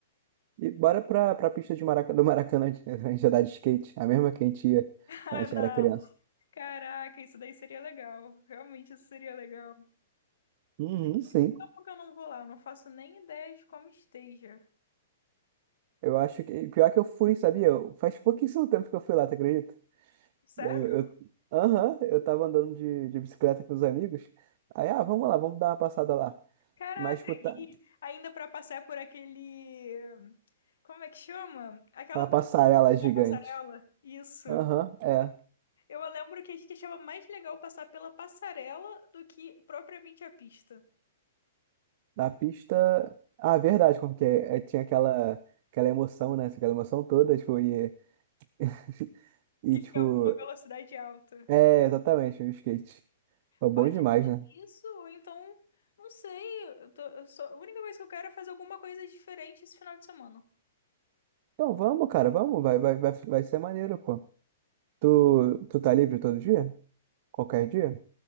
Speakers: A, on the right; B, on the left.
A: E bora pra, pra pista de Maraca, do Maracanã, <laughs> a gente andar de skate. A mesma que a gente ia
B: Ah,
A: quando a gente
B: não.
A: era criança.
B: Caraca, isso daí seria legal. Realmente isso seria legal.
A: Uhum,
B: Tem
A: sim.
B: muito tempo que eu não vou lá, eu não faço nem ideia de como esteja.
A: Eu acho que. Pior que eu fui, sabia? Eu- Faz pouquíssimo tempo que eu fui lá, tu acredita?
B: Sério?
A: Eu, eu... Aham, eu tava andando de, de bicicleta com os amigos. Aí, ah, vamos lá, vamos dar uma passada lá.
B: Caraca,
A: Mas, tipo, puta,
B: e ainda pra passar por aquele. Como é que chama? Aquela
A: aquela
B: parte
A: passarela gigante.
B: da passarela. Isso.
A: Aham, é.
B: Eu lembro que a gente achava mais legal passar pela passarela do que propriamente a pista,
A: Da pista. Ah, verdade, como que é? É, Tinha aquela, aquela emoção, né? Aquela emoção toda, tipo, e, <laughs> e
B: que
A: tipo.
B: ficava com uma velocidade alta.
A: É, exatamente, o skate. Foi bom
B: Pode
A: demais,
B: ser
A: né?
B: isso, ou então, não sei. eu tô- eu só- a única coisa que eu quero é fazer alguma coisa diferente esse final de semana.
A: Então vamos, cara, vamos, vai, vai, vai, vai ser maneiro, pô. Tu, tu tá livre todo dia? Qualquer dia?